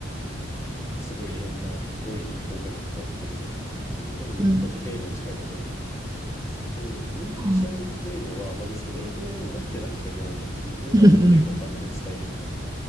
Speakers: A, on the left; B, on the right.
A: すごいいろんな語彙で表現の幅を広げるとかっていうところに、
B: うん。
A: まあ、受験英語に近いところになってくると思うんですけど、コミュニケーション英語は、
B: は
A: まあ、別に英語になってなくても、その自分が思っていることを相手に伝えるみたいなと
B: うんうん